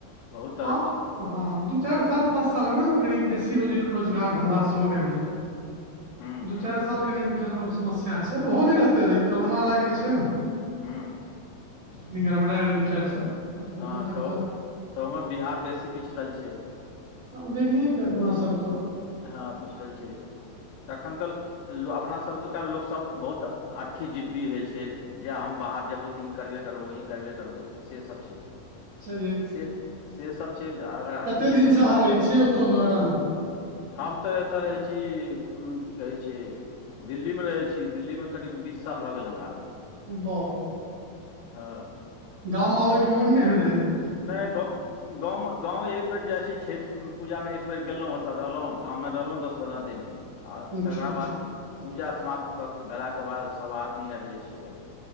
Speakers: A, on the left; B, on the right.
A: बहुत तरहके
B: आब
A: छै।
B: हँ दू चारि साल पाँच सालमे ने कनि बेसी रोज रोजगार धन्धा सेहो आबि जेतै।
A: हूँ
B: दू
A: हूँ
B: चारि साल कनि एखन आओर समस्या छै, ओहो नहि रहतै रहै, कोरोना लए कऽ जे छै ने
A: हुं।
B: कनी गड़बड़ा गेलै दु-चार साल तहन
A: हँ
B: एखन तक ते
A: तऽ ओय मे बिहार बेसी पिछड़ल छै।
B: आब जैनिये के अपना सब तऽ
A: हां पिछड़ल छै, तखन तऽ ल अपना आ सब ओतोका लोक सब बहुत हठी जिद्दी हय छै जे हम बाहर जेबो तऽ ई करबे करबो, ई करबे करबो से सब छै,
B: छैहे कि
A: से से सब छै अगर हठी
B: कते
A: जिद्दी
B: दिन से
A: नै
B: अहाँ
A: रह
B: रहै छियै ओतौ नोएडा मे
A: हम तऽ एतऽ रहै छी उम्म की कहै छै दिल्ली मे रहै छी, दिल्ली मे करीब बीस साल भऽ गेल हमरा।
B: बाप रे। बाप
A: हां।
B: गाम आबै के मोन नै होएत रहैत।
A: नै गो गाम मे गांव एक बेर जाय छी छैठ उम्म पूजा मे एक बेर गेलौ ओता रहलौ, गांव मे रहलौ दस-पन्द्रअ दिन। और
B: अच्छा
A: तकरा
B: अच्छा
A: बाद पूजा समाप्त कऽ भेला के बाद सब आदमी आएब जाय छी फेर।